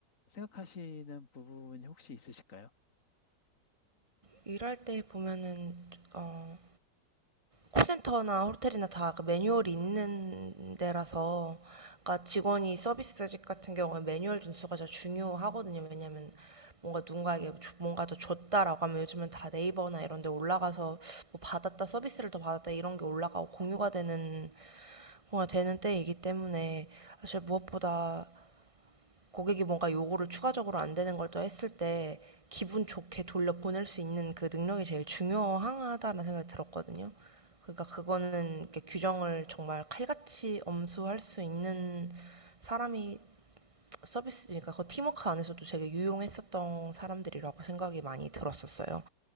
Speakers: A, on the left (about 45°); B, on the right (about 25°).
A: 생각하시는 부분이 혹시 있으실까요?
B: 일할 때 보면은 어, 콜센터나 호텔이나 다그 매뉴얼이 있는 데라서 그러니까 직원이 서비스직 같은 경우에 매뉴얼 준수가 더 중요하거든요. 왜냐면 뭔가 누군가에게 뭔가 더 줬다라고 하면 요즘은 다 네이버나 이런 데 올라가서 뭐 받았다 서비스를 더 받았다 이런 게 올라가고 공유가 되는 공유가 되는 때이기 때문에 사실 무엇보다 고객이 뭔가 요구를 추가적으로 안 되는 걸 또 했을 때 기분 좋게 돌려 보낼 수 있는 그 능력이 제일 중요하다는 생각이 들었거든요. 그러니까 그거는 규정을 정말 칼같이 엄수할 수 있는 사람이 서비스니까 그 팀워크 안에서도 되게 유용했었던 사람들이라고 생각이 많이 들었었어요.